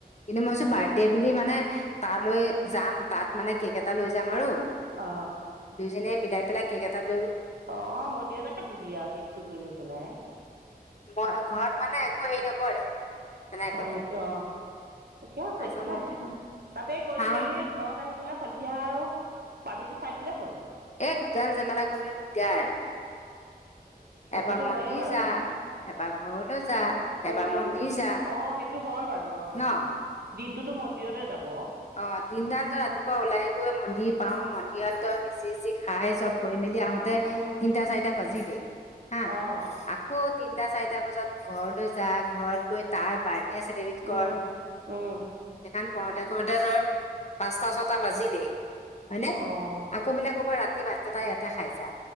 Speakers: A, on the left; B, on the right.
A: কিন্তু মইছো
B: তাকে
A: বাৰ্থডে বুলি মানে তালৈ যাম তাত মানে কেক এটা লৈ যাম আৰু।
B: অ
A: দুজনে মিলাই। পেলাই কেক এটাত
B: অ, মন্দিৰতে কাটিবি আৰু কেকটো কৰি লৈ পেলাই।
A: ঘৰত। মানে একো হেৰি নকৰে। তেনেকে
B: হয়,
A: কলে
B: নেকি অ, ঠিকে আছে
A: তাৰপিছত
B: একো
A: মই
B: নাই,
A: বোলো
B: তাতে গৈ
A: চাওঁ
B: মেলি ঘৰত আহিবলৈ সন্ধিয়া আৰু পাৰ্টিটো খাই দিলেই হ'ল।
A: এ দুটা জেমেলা কৰিবলৈ দিগদাৰ।
B: সেইটোতো
A: এবাৰ মন্দিৰ
B: হয়েই বাৰু
A: যা, এবাৰ ঘৰলৈ যা, এবাৰ
B: উম
A: মন্দিৰ যা
B: অঁ সেইটো হয় বাৰু অঁ
A: ন।
B: দিনটোতো মন্দিৰতে যাব
A: অ, দিনদাল ৰাতিপুৱা ওলাই গৈ মন্দিৰ পাও। মন্দিৰ যি, যি খায়, চব কৰি মেলি আহোতে
B: উম
A: তিনটা চাৰিটা বাজিলেই। হা,
B: অঁ
A: আকৌ তি তিনটা চাৰিটা বজাত ঘৰলৈ যা, ঘৰত গৈ তাৰ বাৰ্থড আছে দেবিড ক,
B: উম
A: ৰ
B: উম
A: এইখন কত কওঁতে ধৰ পাঁচটা ছটা বাজিলেই হয়নে
B: অঁ
A: আকৌ বোলে কব ৰাতি ভাতকেইটাই ই দেখাই যা।